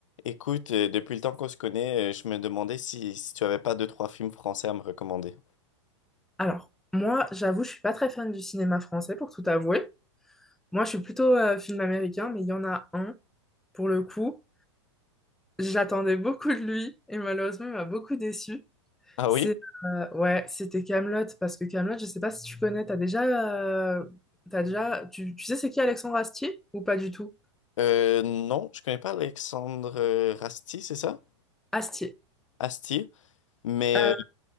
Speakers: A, on the left; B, in the centre.
A: Écoute, euh, depuis le temps qu'on se connaît, euh, je me demandais si, si tu avais pas deux, trois films français à me recommander.
B: Alors, moi, j'avoue, je suis pas très fan du cinéma français, pour tout avouer. Moi, je suis plutôt euh, film américain, mais il y en a un, pour le coup. J'attendais beaucoup de lui, et malheureusement, il m'a beaucoup déçu.
A: Ah
B: C'est,
A: oui?
B: euh, ouais, c'était Camelot parce que Camelot, je sais pas si tu connais, t'as déjà, euh, t'as déjà, tu, tu sais c'est qui Alexandre Astier, ou pas du tout?
A: Euh, non, je connais pas Alexandre euh, Rasti, c'est ça?
B: Astier.
A: Astier. Mais
B: Euh,
A: euh,